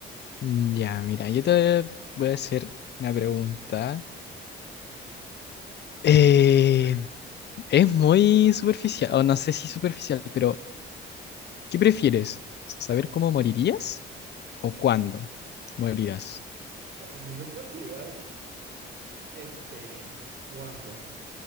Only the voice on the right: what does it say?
Oh, yo creo que igual, este, ¿cuándo?